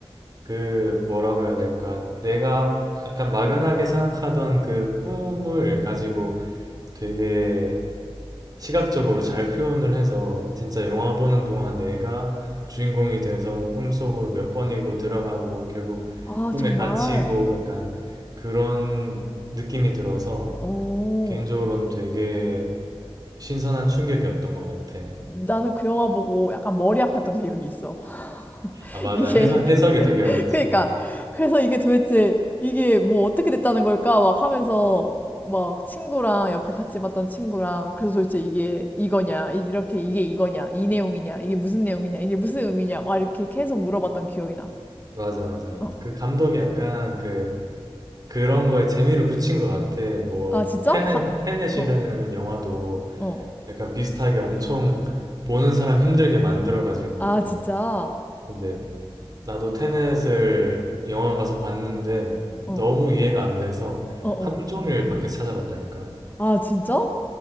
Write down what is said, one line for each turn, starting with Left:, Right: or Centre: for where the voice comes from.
Right: 그 뭐라고 해야 될까? 내가 약간 막연하게 생각하던 그 꿈을 가지고 되게 시각적으로 잘 표현을 해서 진짜 영화 보는 동안 내가 주인공이 돼서 꿈속으로 몇 번이고 들어가고 결국
Left: 아,
Right: 꿈에
Left: 정말.
Right: 갇히고 약간 그런 느낌이 들어서
Left: 어.
Right: 개인적으로는 되게 신선한 충격이었던 것 같아.
Left: 나는 그 영화 보고 약간 머리 아팠던 기억이 있어.
Right: 아, 맞아.
Left: <laughs> 이게
Right: 해석,
Left: <laughs>
Right: 해석이 되게 어렵지.
Left: 그러니까 그래서 이게 도대체 이게 뭐 어떻게 됐다는 걸까 막 하면서 막 친구랑 옆에 같이 봤던 친구랑 그래서 도대체 이게 이거냐 이- 이렇게 이게 이거냐 이 내용이냐 이게 무슨 내용이냐 이게 무슨 의미냐 막 이렇게 계속 물어봤던 기억이 나.
Right: 맞아, 맞아.
Left: 어.
Right: 그 감독이 약간 그 그런 거에 재미를 붙인 것 같아. 뭐,
Left: 아 진짜?
Right: 테넷,
Left: 다
Right: 테넷이라는
Left: 어.
Right: 영화도
Left: 어.
Right: 약간 비슷하게 엄청 보는 사람 힘들게 만들어가지고.
Left: 아 진짜?
Right: 근데 나도 테넷을 영화관 가서 봤는데
Left: 어.
Right: 너무 이해가 안 돼서
Left: 어 어.
Right: 하루 종일 밖에서 찾아봤다니까.
Left: 아 진짜?